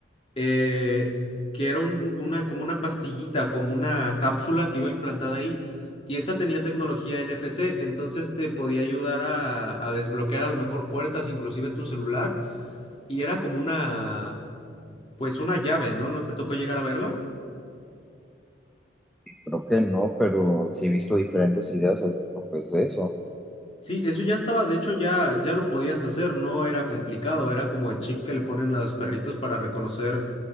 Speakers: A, on the left; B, in the centre.
A: eh, que era un- una, como una pastillita, como una cápsula que iba implantada ahí, y esta tenía tecnología NFC, entonces te podía ayudar a, a desbloquear a lo mejor puertas, inclusive tu celular, y era como una, pues una llave, ¿no? ¿No te tocó llegar a verla?
B: Creo que no, pero sí he visto diferentes ideas acerca pues, de eso.
A: Sí, eso ya estaba, de hecho ya, ya lo podías hacer, no era complicado, era como el chip que le ponen a los perritos para reconocer